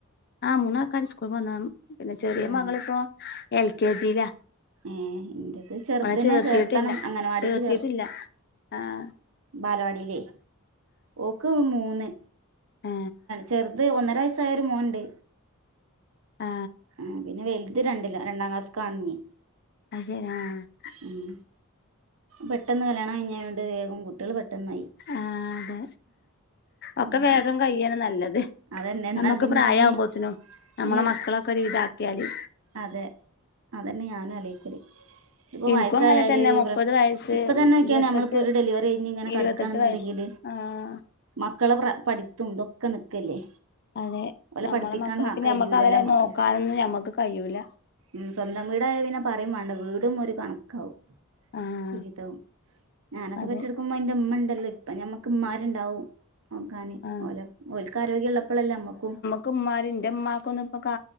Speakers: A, on the left (about 45°); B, on the right (about 65°).
A: ആഹ് മൂന്നാൾക്കാര് സ്കൂൾ പോന്ന പിന്നെ ചെറിയ
B: ഏഹ്
A: മകളിപ്പോ എൽ കെ ജി ല്ലാ
B: ഏഹ് ഇന്റത് ചെറുതിനെ
A: അവളെ ചേർത്തിട്ടില്ല
B: ചേർത്തണം അംഗനവാടിയില്
A: ചേർത്തിട്ടില്ല ആഹ
B: ബാലവാടില്ലേ ഓക്ക് മൂന്ന്
A: ആ
B: ചെറുത് ഒന്നര വയസ്സായ ഒരു മോൻണ്ട്
A: ആ
B: ആഹ് പിന്നെ വല് ഇത് രണ്ടില്ല രണ്ടാം ക്ലാസ് കാണ്ഞി
A: <unintelligible>
B: ഉം പെട്ടെന്ന് കല്യാണം കഴിഞ്ഞയോണ്ട് വേഗം കുട്ടികൾ പെട്ടെന്നായി
A: ആഹ് അതെ ഒക്കെ
B: ഉം
A: വേഗം കയാണ് നല്ലത്
B: അതന്നെ എന്നാ
A: നമ്മുക്ക്
B: പിന്നെ
A: പ്രായ
B: ഇഞ്ഞി
A: ആവുമ്പോത്തിനും നമ്മളെ
B: ഇഞ്ഞി എടുക്ക
A: മക്കളൊക്കെ ഒരു വിതാക്കിയാല്
B: അതെ അതന്നെ ഞാനും അലൊയിക്കല് ഇപ്പോ
A: ഇൻക്കും
B: വയസ്സായാൽ
A: അങ്ങനെ തന്നെ മുപ്പത്
B: പ്രസ്
A: വയസ്സ്
B: ഇപ്പം തന്നെ നോക്യാണി
A: ഇരുപത്തെട്ട്
B: നമ്മളിപ്പോൾ ഒരു ഡെലിവറി കഴിഞ്ഞ് ഇങ്ങനെ
A: ഇരുപത്തെട്ട്
B: കിടക്കുകണെന്നുണ്ടെങ്കിൽ
A: വയസ്സ് ആ
B: മക്കളെ പ്രാ പഠിത്തുംതൊക്കെ നിക്കല്ലേ
A: അതെ
B: ഓലെ
A: നമ്മളെ
B: പഠിപ്പിക്കാൻ
A: മക്കളെ
B: ഹ
A: പിന്നെ
B: കയ്യൂലല്ലോ
A: ഞമ്മക്ക് അവരെ
B: നമ്മക്ക്
A: നോക്കാനൊന്നും ഞമ്മക്ക് കഴിയൂല
B: ഉം സ്വന്തം വീടായ പിന്നെ പറയും വേണ്ട വീടും ഒരു കണക്കാവും
A: ആഹ്
B: രുവിതവും ഞാനൊക്കെ
A: അതെ
B: പെറ്റ്കെടക്കുമ്പോ ഇന്റെ ഉമ്മ ഉണ്ടല്ലോ ഇപ്പ ഞമ്മക്ക്മാരുണ്ടാവും നോക്കാന്
A: ആഹ്
B: ഓല ഓല്ക്ക ആരോഗ്യം ഉള്ളപ്പോഴല്ലേ നമ്മുക്കും
A: ക് മ്മാര് ഇന്റെമ്മമാക്കൊന്നും ഇപ്പ കാ